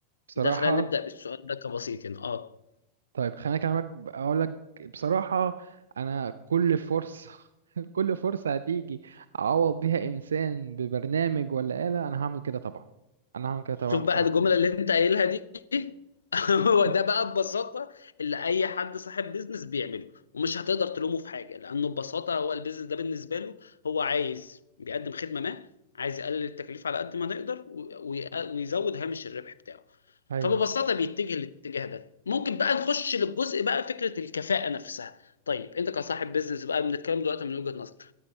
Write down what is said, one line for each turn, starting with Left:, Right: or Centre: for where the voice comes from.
Right: بصراحة
Left: ده خلينا نبدأ بالسؤال ده كبسيط يعني اه
Right: طيب خليني اكلمك ب- اقول لك بصراحة انا كل فرصة <laughs> كل فرصة هتيجي اعوض بيها انسان ببرنامج ولا آلة انا هعمل كده طبعا انا هعمل كده طبعا
Left: شوف
Right: بصراحة
Left: بقى الجملة اللي انت قايلها دي <laughs> هو
Right: <laughs>
Left: ده بقى ببساطة اللي أي حد صاحب بيزنس بيعمله ومش هتقدر تلومه في حاجة لأنه ببساطة هو البيزنس ده بالنسبة له هو عايز بيقدم خدمة ما عايز يقلل التكلفة على قد ما نقدر و- وي- ويزود هامش الربح بتاعه
Right: ايوه
Left: فببساطة بيتجه للاتجاه ده ممكن بقى نخش للجزء بقى فكرة الكفاءة نفسها طيب انت كصاحب بيزنس بقى بنتكلم دلوقتي من وجهة نظرك